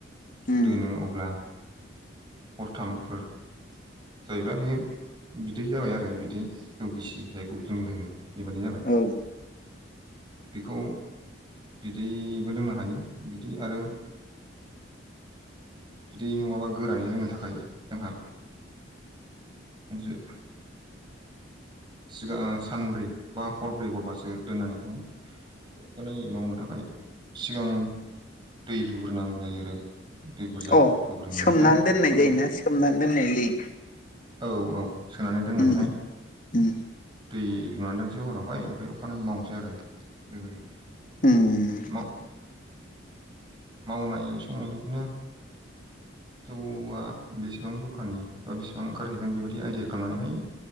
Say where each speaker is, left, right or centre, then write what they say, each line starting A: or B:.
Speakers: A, on the left (about 45°); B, on the right (about 25°).
A: उम
B: दोनो अब्ला हरथामफोर जायोब्ला बेयो बिदै जाबाय आरो बिदै जौ गिसि जायखौ जों लोङो बेबायाददि जाबाय।
A: औ
B: बिखौ बिदैबो लोंनो हायो। बिदै आरो बिदि नङाबा गोरानै लोंनो थाखाय जोंहा जु सिगां सानब्रै बा हरब्रै हरबासो दोननानैहाय अखानायै मावनो थाखाय सिगां दै लुग्रोनांगौ जायो आरो। दै बुरजा
A: अ
B: लुग्रोनानैहाय
A: सोमनानै
B: अखानायै
A: दोननाय जायोना सोमनानै दोननाय जायो।
B: औ औ सोनानै दोननानैहाय
A: उम उम
B: दै लुनानै दोनसै हरावहाय ओमफ्राय अखानायै मावनोसै आरो बेबायदि
A: उम
B: मा मावनाय समाव बिदिनो जौआ बिसिबां जखानि बा बिसिबां ओंखारहैगोन बेबायदि आइडिया खालामनानैहाय